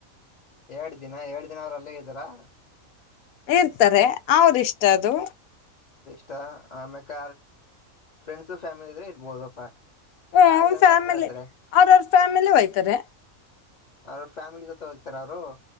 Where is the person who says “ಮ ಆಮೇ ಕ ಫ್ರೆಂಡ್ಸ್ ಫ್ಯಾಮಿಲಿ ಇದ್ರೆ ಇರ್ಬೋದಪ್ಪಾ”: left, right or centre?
Left